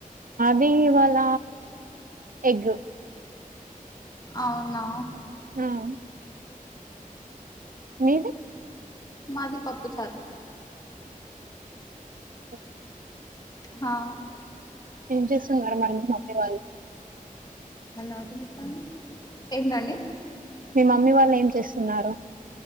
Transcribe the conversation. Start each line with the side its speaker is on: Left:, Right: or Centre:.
Right: ది ఇవాళ ఎగ్గు
Left: అవునా
Right: మ్మ్ మీది
Left: మాది పప్పు చారు
Right: ఎ
Left: హా
Right: ఏం చేస్తున్నారు మరి మమ్మీ వాళ్ళు
Left: మ నాతోని ఎట్లాండి ఏంటండి
Right: మీ మమ్మీ వాళ్ళు ఏం చేస్తున్నారు